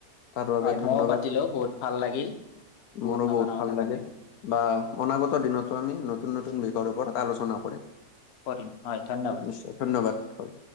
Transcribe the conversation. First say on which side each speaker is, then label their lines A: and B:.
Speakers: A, on the left; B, on the left.
A: তাৰ বাবে
B: হয়
A: ধন্যবাদ,
B: মইও পাতিলো বহুত ভাল লাগিল
A: মোৰো
B: নজনা
A: বহুত
B: কথা
A: ভাল লাগিল।
B: জানিলো
A: বা অনাগত দিনতো আমি নতুন-নতুন বিষয়ৰ ওপৰত আলোচনা কৰিম।
B: কৰিম হয় ধন্যবাদ।
A: নিশ্চয় ধন্যবাদ, হয়।